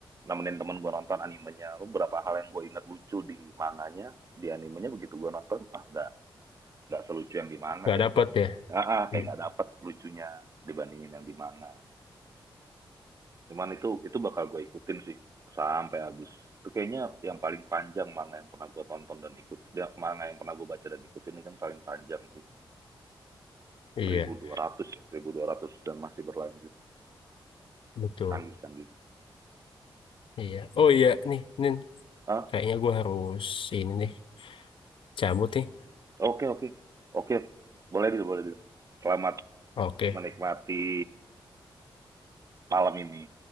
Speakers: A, on the right; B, on the left.
A: nemenin temen gue nonton animenya. Beberapa hal yang gue inget lucu di manganya, di animenya begitu gue nonton, ah nggak nggak selucu yang di manga
B: Nggak
A: kayak
B: dapet
A: gak,
B: ya.
A: ah, ah,
B: Hmm,
A: kayak nggak dapet lucunya dibandingin yang di manga. Cuman itu itu bakal gue ikutin sih sampai habis. Itu kayaknya yang paling panjang manga yang pernah gue tonton dan ikut. Ya, manga yang pernah gue baca dan ikutin itu kan paling panjang sih.
B: iya,
A: 1200 ya, 1200 dan masih berlanjut.
B: betul.
A: Canggih-canggih.
B: Iya. Oh iya, nih, nih
A: ah
B: kayaknya gue harus ini nih cabut nih.
A: Oke, oke. Oke, boleh dulu, boleh dulu. Selamat
B: Oke,
A: menikmati malam ini,